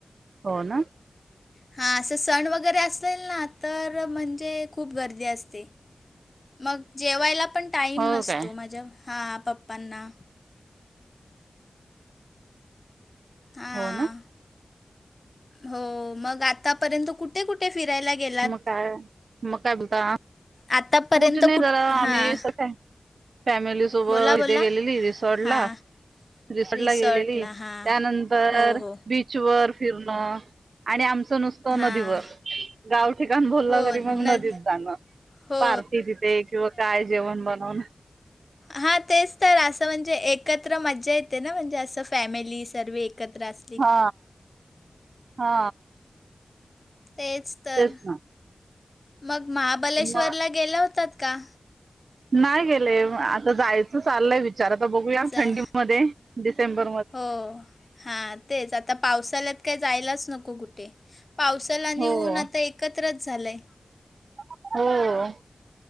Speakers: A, on the right; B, on the left.
A: हो ना.
B: हां असं सण वगैरे असेल ना तर म्हणजे खूप गर्दी असते. मग जेवायला पण टाईम
A: हो
B: नसतो
A: काय
B: माझ्या हा पप्पांना हां
A: हो ना.
B: हो मग आतापर्यंत कुठे कुठे फिरायला गेलात
A: म काय म काय बोलता
B: आतापर्यंत
A: कुठे नाही
B: कुठ
A: जरा आम्ही
B: हां
A: स फॅमिली सुब
B: बोला बोला
A: इथे गेलेली रिसॉर्ट
B: हां
A: ला रिसोर्ट
B: रिसॉर्टला
A: ला गेलेली त्यानंतर
B: हां हो हो
A: बीच च वर फिरणं आणि आमचं नुसतं
B: हां
A: नदीवर गाव ठिकाण बोललं
B: हो
A: तरी
B: न
A: मग नदीच जाणं.
B: हो
A: पार्टी तिथे किंवा काय जेवण बनवून
B: हा तेच तर असं म्हणजे एक एकत्र मजा येते ना म्हणजे असं फॅमिली सर्व एकत्र अस.
A: हा हा.
B: तेच तर
A: तेच ना.
B: मग महाबलेश्वरला
A: मग
B: गेल्या होतात का?
A: नाही गेले आता जायचं चाललंय विचार बघ
B: जाय
A: थंडीमध्ये डिसेंबर.
B: हो. हा तेच आता पावसाळ्यात काय जायलाच नको कुठे पावसाला नऊन
A: हो
B: आता एक एकत्रच झाले.
A: हो.